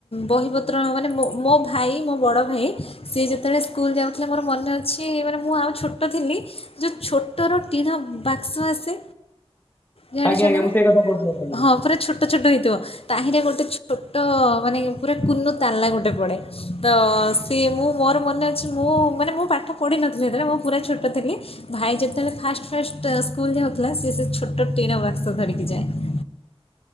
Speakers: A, on the left (about 65°); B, on the left (about 20°).
A: ବହିପତ୍ର ମାନେ ମୋ ମୋ ଭାଇ ମୋ ବଡ଼ ଭାଇ ସେ ଯେତେବେଳେ ସ୍କୁଲ ଯାଉଥିଲା ମୋର ମନେ ଅଛି ମାନେ ମୁଁ ଆଉ ଛୋଟ ଥିଲି। ଯୋଉ ଛୋ ଟର ଟିଣ ବାକ୍ସ୍ ଆସେ ଜାଣିଚନ୍ତି
B: ଆଜ୍ଞା ଆଜ୍ଞା ମୁଁ
A: ନା।
B: ସେଇ କଥା କହୁଥିଲି ଆପଣଙ୍କୁ
A: ହଁ, ପୁରା ଛୋଟ ଛୋଟ ହେଇଥିବ। ତାହିଁରେ ଗୋଟେ ଛୋଟ ମାନେ ପୁରା କୁନୁ ତାଲା ଗୋଟେ ପଡେ। ତ, ସେ ମୁଁ ମୋର ମନେ ଅଛି, ମୁଁ ମାନେ ମୁଁ ପାଠ ପଢ଼ିନଥିଲି ସେତେବେଳେ, ମୁଁ ପୁରା ଛୋଟ ଥିଲି ଭାଇ ଯେତେବେଳେ ଫାଷ୍ଟ ଫାଷ୍ଟ ସ୍କୁଲ ଯାଉଥିଲା, ସିଏ ସେ ଛୋଟ ଟିଣ ବାକ୍ସ ଧରିକି ଯାଏ।